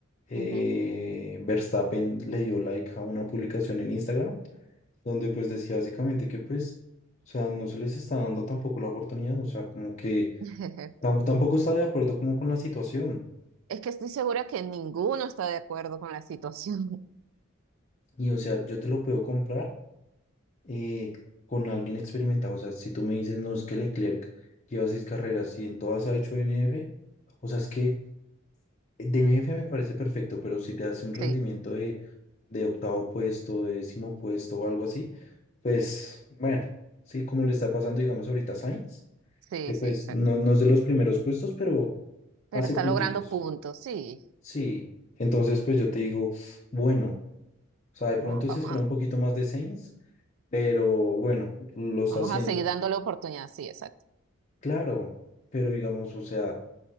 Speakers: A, on the left; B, on the right.
A: eh,
B: Ujú.
A: Verstappen le dio like a una publicación en Instagram donde pues decía básicamente que pues, o sea, no se les está dando tampoco la oportunidad, o sea, como que
B: <laughs>
A: tam- tampoco está de acuerdo como con la situación.
B: Es que estoy segura que ninguno está de acuerdo con la situación. <laughs>
A: Y, o sea, yo te lo puedo comprar eh, con alguien experimentado. O sea, si tú me dices, no, es que Leclerc lleva seis carreras y en todas ha hecho DNF, o sea, es que DNF me parece perfecto, pero si te hace un rendimiento
B: Sí,
A: de, de octavo puesto, de décimo puesto o algo así, pues bueno, sí, como le está pasando, digamos, ahorita a Sainz,
B: sí,
A: que
B: sí,
A: pues
B: exacto.
A: no, no es de los primeros puestos, pero
B: Pero
A: hace
B: está
A: punticos.
B: logrando puntos, sí.
A: Sí, entonces pues yo te digo, bueno, o sea, de
B: Vamos,
A: pronto
B: vamos
A: se espera
B: a,
A: un poquito más de Sainz, pero bueno, lo está
B: vamos
A: haciendo.
B: a seguir dándole oportunidad, sí, exacto.
A: Claro, pero digamos, o sea,